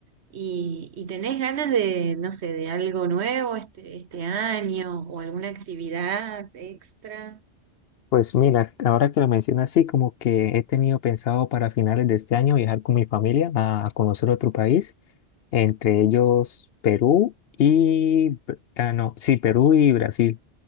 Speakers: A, on the right; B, on the left.
A: y, y tenés ganas de, no sé, de algo nuevo este, este año o alguna actividad extra.
B: Pues mira, ahora que lo mencionas así, como que he tenido pensado para finales de este año viajar con mi familia a, a conocer otro país, entre ellos Perú y, Br- ah, no, sí, Perú y Brasil.